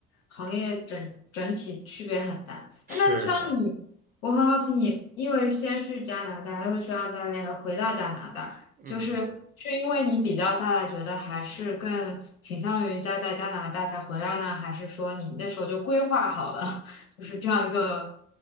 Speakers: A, on the left (about 80°); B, on the right (about 20°).
A: 行业整整体区别很大。哎，
B: 是的，
A: 那像你，我很好奇你，因为先去加拿大，又去澳大利亚，又回到加拿大，
B: 嗯
A: 就是是因为你比较下来，觉得还是更倾向于待在加拿大才回来呢，还是说你那时候就规划好了，<laughs> 就是这样一个